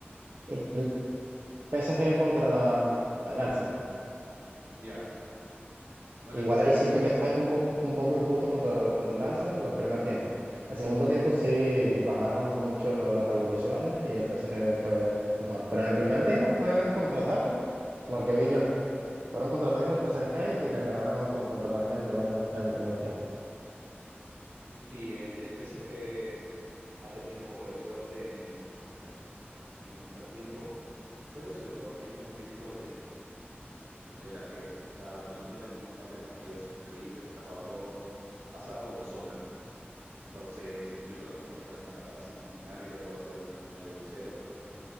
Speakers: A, on the right; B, on the right.
A: El PSG contra el Arsenal.
B: Ya. Bueno,
A: Igual
B: el PSG
A: ahí siento
B: fue,
A: que fue un poco, un poco injusto contra, el- contra el Arsenal el primer tiempo. El segundo tiempo sí bajaron mucho las revoluciones y el PSG fue mejor. Pero en el primer tiempo fueron contraataques, lo que vi yo. Fueron contraataques del PSG y le ganaron con contraataques el primer, el primer tiempo.
B: sí, el, el PSG ha tenido un poco de suerte en el, al- en el primer tiempo, pero sobre todo también por mérito del, del arquero. O sea, Donnarumma tenía un par de partidos increíbles, ha tapado todo, ha estado como Sommer. Entonces, yo creo que los arqueros van a tapar así en la final, yo creo que va a ser una final de 1-0